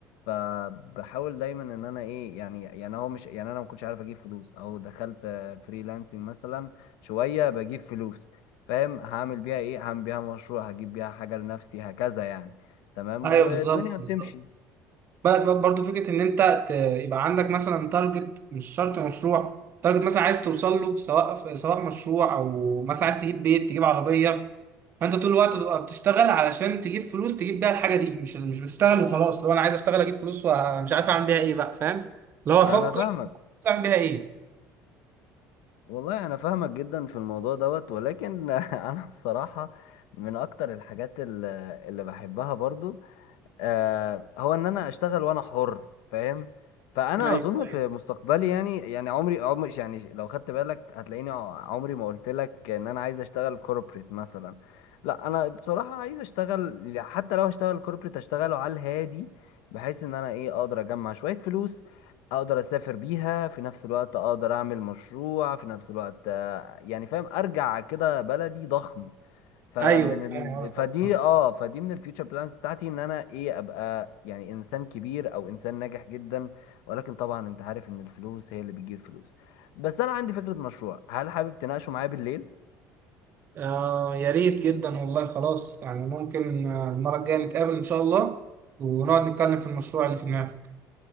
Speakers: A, on the left (about 85°); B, on the right (about 30°).
A: فبحاول دايما ان انا ايه يعني يعني هو مش يعني انا ما كنتش عارف اجيب فلوس او دخلت فريلانسنج مثلا شويه بجيب فلوس فاهم هعمل بيها ايه هعمل بيها مشروع هجيب بيها حاجه لنفسي هكذا يعني تمام
B: ايوه
A: والدنيا
B: بالظبط بالظبط
A: بتمشي
B: بالك بقى برضه فكره ان انت ت- يبقى عندك مثلا تارجت مش شرط مشروع تارجت مثلا عايز توصل له سواء في- سواء مشروع او مثلا عايز تجيب بيت تجيب عربيه فانت طول الوقت تبقى بتشتغل علشان تجيب فلوس تجيب بيها الحاجه دي مش مش بتشتغل وخلاص لو انا عايز اشتغل اجيب فلوس ومش عارف اعمل بيها ايه بقى فاهم اللي هو افكر
A: انا فاهمك
B: اعمل بيها ايه
A: والله انا فاهمك جدا في الموضوع دوت ولكن <laughs> انا بصراحه من اكتر الحاجات اللي اللي بحبها برضو آه هو ان انا اشتغل وانا حر فاهم فانا
B: ايوه
A: اظن
B: ايوه
A: في مستقبلي يعني يعني عمري عمري يعني لو خدت بالك هتلاقيني ع- عمري ما قلت لك ان انا عايز اشتغل كوربريت مثلا لا انا بصراحة عايز اشتغل يعني حتى لو هشتغل كوربريت اشتغله على الهادي بحيث ان انا ايه اقدر اجمع شوية فلوس اقدر اسافر بيها في نفس الوقت اقدر اعمل مشروع في نفس الوقت آه، يعني فاهم ارجع كده بلدي ضخم فمن
B: ايوه
A: ال...
B: يعني قصدك
A: فدي
B: اه
A: اه فدي من الفيوتشر بلانز بتاعتي ان انا ايه ابقى يعني انسان كبير او انسان ناجح جدا ولكن طبعا انت عارف ان الفلوس هي اللي بتجيب فلوس بس انا عندي فكرة مشروع هل حابب تناقشه معايا بالليل
B: آه، يا ريت جدا والله خلاص يعني ممكن آه، المره الجايه نتقابل ان شاء الله ونقعد نتكلم في المشروع اللي في دماغك